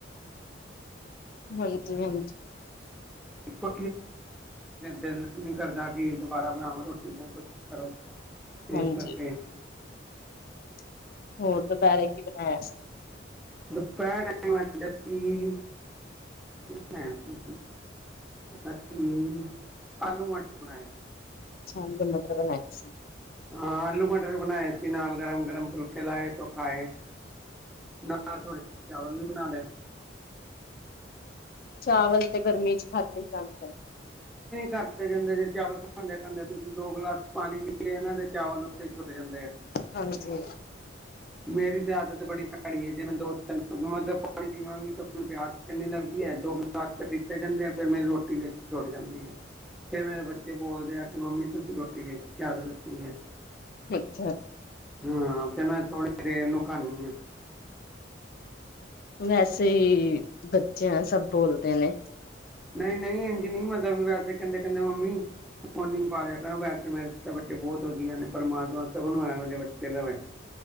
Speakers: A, on the left; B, in the centre.
A: ਹਾਂਜੀ ਹਾਂਜੀ
B: ਫ ਦਿਲ ਨੀ ਕਰਦਾ ਕਿ ਦੁਬਾਰਾ ਬਣਾਓ ਰੋਟੀ । ਚੀਜ਼ਾਂ ਕੁ ਕਰੋ
A: ਹਾਂਜੀ
B: ਇਸ ਕਰਕੇ ।
A: <inaudible> ਦੁਪਹਿਰੇ ਕੀ ਬਣਾਇਆ ਸੀ?
B: ਦੁਪਹਿਰ ਟਾਈਮ ਲੱਸੀ ਬਣਾਇਆ ਸੀ ਲੱਸੀ ਆਲੂ ਮਟਰ ।
A: ਸ਼ਾਮ ਨੂੰ ਮਟਰ ਬਣਾਏ ਸੀ।
B: ਹਾਂ ਆਲੂ ਮਟਰ ਬਣਾਏ ਸੀ । ਨਾਲ ਗਰਮ ਗਰਮ ਫੁਲਕੇ ਲਾਏ ਤੋਂ ਖਾਏ ਨਾਲ ਥੋੜੇ ਚਾਵਲ ਵੀ ਬਣਾ ਲਏ।
A: ਚਾਵਲ ਤੇ ਗਰਮੀ ਚ ਖਾਧੇ ਜਾਂਦੇ ਨੇ।
B: ਘਰਦੇ ਜਾਂਦੇ ਜੇ ਚਾਵਲ ਖਾਂਦੇ ਖਾਂਦੇ ਤੁਸੀਂ ਦੋ ਗਲਾਸ ਪਾਣੀ ਪੀ ਲਿਆ ਨਾਂ ਤੇ ਚਾਵਲ ਉੱਥੇ ਹੀ ਛੁੱਟ ਜਾਂਦੇ ਆ ।
A: ਹਾਂਜੀ।
B: ਮੇਰੀ ਤੇ ਆਦਤ ਬੜੀ ਭੈੜੀ ਹੈ । ਜੇ ਮੈਂ ਦੋ ਤਿੰਨ ਮਤਲਬ ਪਾਣੀ ਪੀਵਾਂਗੀ ਤਾਂ ਪਿਆਸ ਕਿੰਨੀ ਲੱਗਦੀ ਹੈ । ਤਾਕਤ ਪੀਤੇ ਜਾਂਦੇ ਆ। ਫਿਰ ਮੇਰੀ ਰੋਟੀ ਵਿੱਚ ਛੁੱਟ ਜਾਂਦੀ ਆ। ਫਿਰ ਮੇਰੇ ਬੱਚੇ ਬੋਲਦੇ ਆ ਕਿ ਮੰਮੀ ਤੁਸੀਂ ਰੋਟੀ ਵਿੱਚ ਛੱਡ ਦਿੱਤੀ ਹੈ
A: ਅੱਛਾ
B: । ਹਮ ਫਿਰ ਮੈਂ । <inaudible>
A: ਵੈਸੇ ਹੀ ਬੱਚੇ ਆ ਸਭ ਬੋਲਦੇ ਨੇ ।
B: ਨਹੀਂ ਨਹੀਂ ਇੰਝ ਨਹੀਂ ਮਤਲਬ ਵੈਸੇ ਕਹਿੰਦੇ ਕਹਿੰਦੇ ਮੰਮੀ ਫੋਨ ਪਾ ਲਿਆ ਕਰੋ। ਵੈਸੇ ਮੇਰੇ ਤਾਂ ਬੱਚੇ ਬਹੁਤ ਵਧੀਆ ਨੇ । ਪਰਮਾਤਮਾ ਸਭ ਨੂੰ ਐਵੇਂ ਦੇ ਬੱਚੇ ਦਵੇ ।